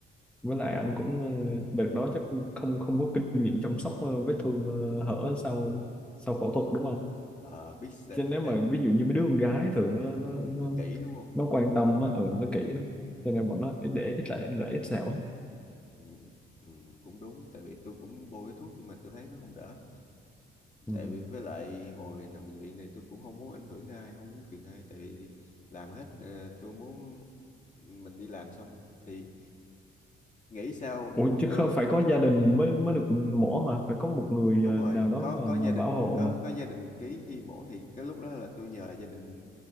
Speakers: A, in the centre; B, on the left.
A: với lại ông cũng ờ, đợt đó chắc cũng không không có kinh nghiệm chăm sóc ờ, vết thương ờ, hở sau sau phẫu thuật đúng không
B: ờ biết sợ-
A: chứ nếu mà
B: tại
A: ví dụ như mấy đứa con gái thường nó nó
B: ừ, nó
A: nó,
B: kỹ đúng không
A: nó quan tâm á, ừ, nó kỹ lắm cho nên bọn nó để ít lại lại ít sẹo lắm.
B: ừ, ừ, cũng đúng tại vì tôi cũng bôi cái thuốc nhưng mà tôi thấy nó không đỡ
A: ừ.
B: tại vì với lại hồi nằm bệnh viện này tôi cũng không muốn ảnh hưởng tới ai không muốn phiền ai tại vì làm hết ờ, tôi muốn mình đi làm xong thì nghĩ sao
A: Ủa chứ
B: tôi
A: không phải có gia đình mới mới được mổ mà phải có một người
B: đúng
A: ờ,
B: rồi
A: nào đó
B: có
A: mà
B: có gia
A: mà
B: đình
A: bảo hộ
B: có
A: mà
B: có gia đình ký khi mổ thì cái lúc đó là tôi nhờ gia đình